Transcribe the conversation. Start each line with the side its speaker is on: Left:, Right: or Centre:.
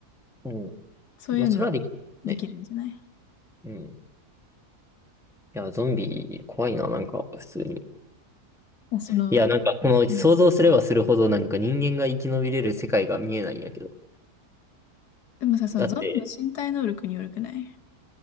Centre: う。うん。
Left: そういうの
Centre: まあ、それはできるね。
Left: できるんじゃない
Centre: うん。いや、ゾンビ怖いな、なんか、普通に。
Left: いやその、
Centre: いや、なんか、この想像すればするほど、
Left: うん、
Centre: なんか人間が生き延びれる世界が見えないんやけど。
Left: でもさ、そのゾンビの身体能力によるくない
Centre: だって、